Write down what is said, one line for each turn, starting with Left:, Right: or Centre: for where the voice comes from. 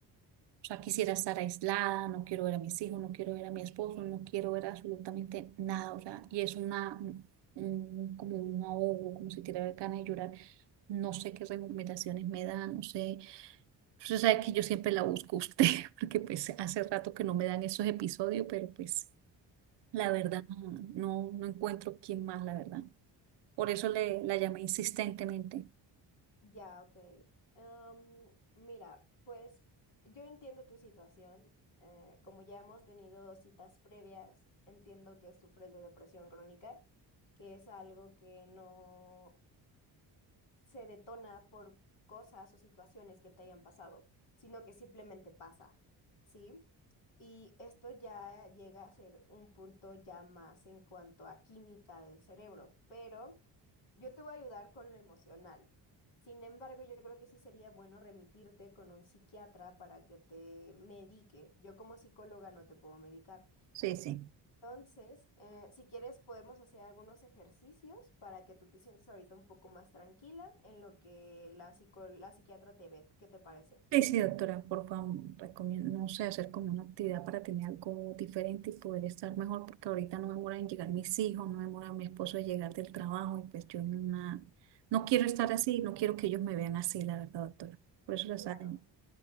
Right: O sea, quisiera estar aislada, no quiero ver a mis hijos, no quiero ver a mi esposo, no quiero ver absolutamente nada. O sea, y es una, un- como un ahogo, como si tirara ganas de llorar. No sé qué recomendaciones me dan, no sé. Usted sabe que yo siempre la busco a usted, <laughs> porque pues hace rato que no me dan esos episodios, pero pues la verdad no, no encuentro quién más, la verdad. Por eso le, la llamé insistentemente.
Left: Ya, ok. Em, mira, pues yo entiendo tu situación. eh, como ya hemos tenido citas previas, entiendo que sufres de depresión crónica, que es algo que no se detona por cosas o situaciones que te hayan pasado, sino que simplemente pasa, ¿sí? Y esto ya llega a ser un punto ya más en cuanto a química del cerebro, pero yo te voy a ayudar con lo emocional. Sin embargo, yo creo que sí sería bueno remitirte con un psiquiatra para que te medique. Yo como psicóloga no te puedo medicar.
Right: Sí, sí.
Left: Entonces, eh, si quieres, podemos hacer algunos ejercicios para que tú te sientas ahorita un poco más tranquila en lo que la psico- la psiquiatra te ve. ¿Qué te parece?
Right: Sí, sí, doctora, por favor, recomiendo, no sé, hacer como una actividad para tener algo diferente y poder estar mejor, porque ahorita no demoran en llegar mis hijos, no demora mi esposo en llegar del trabajo, y pues yo en una- no quiero estar así, no quiero que ellos me vean así, la verdad, doctora. Por eso la
Left: Claro,
Right: saben.